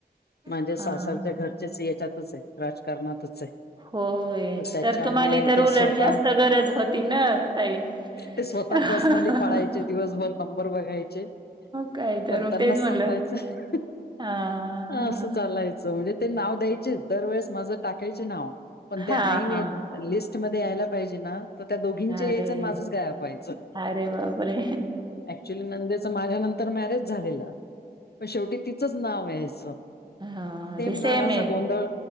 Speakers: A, on the left; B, on the right.
A: माणजे
B: हां.
A: सासरच्या घरचेच याच्यातच आहे राजकारणातच आहे.
B: होय
A: त्याच्यामुळे
B: तर तुम्हाला तर
A: ते
B: उलट
A: स्वतः
B: जास्त गरज होती ना आ ताई.
A: ते स्वतः
B: हां,
A: पर्सनली पळायचे दिवसभर नंबर बघायचे
B: काय तर
A: पण
B: मग
A: त्यांना
B: तेच
A: सापडायचं
B: म्हणलं. हां,
A: असं
B: हां.
A: चालायचं म्हणजे ते नाव द्यायचे दरवेेळेस माझं टाकायचे नाव पण
B: हां,
A: ते आईन
B: हां.
A: लिस्टमध्येध्ये यायला पाहिजे ना तर त्या दोघींचे यायचं
B: अरे!
A: आणि माझंच गाय पाहायचं
B: अरे बापरे
A: ऍक्च्युली नंदेचं माझ्या नंतर मॅरेज झालेलं पण शेवटी तिचंच नाव यायचं
B: हा ते सेम
A: नावाचा
B: आहे
A: गोंधळ